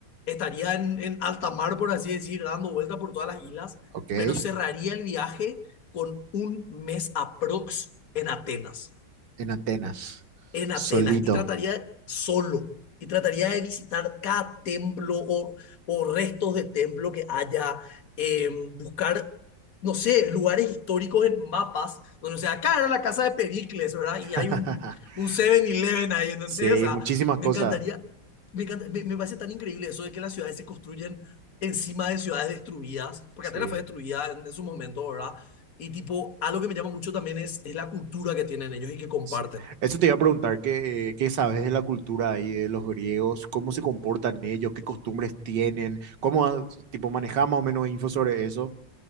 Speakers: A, on the left; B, on the right.
A: estaría en, en alta mar, por así decir, dando vuelta por todas las islas,
B: Ok.
A: pero cerraría el viaje con un mes aprox en Atenas
B: En Atenas.
A: en
B: Solito.
A: Atenas y trataría solo y trataría de visitar cada templo o, o restos de templo que haya, eh, buscar, no sé, lugares históricos en mapas, donde, o sea, acá era la casa de Pericles, ¿verdad?
B: <laughs>
A: Y hay un, un 7-Eleven ahí, ¿entendés?
B: Sí,
A: O sea,
B: muchísimas
A: me
B: cosas.
A: encantaría, me, encanta- me, me parece tan increíble eso de que las ciudades se construyen encima de ciudades destruidas, porque
B: Sí,
A: Atenas fue destruida en, en su momento, ¿verdad? Y tipo, algo que me llama mucho también es, es la cultura que tienen ellos y que comparten.
B: sí. Eso te iba a preguntar, ¿qué, qué sabes de la cultura ahí, de los griegos? ¿Cómo se comportan ellos? ¿Qué costumbres tienen? ¿Cómo, ah, tipo, manejas más o menos info sobre eso?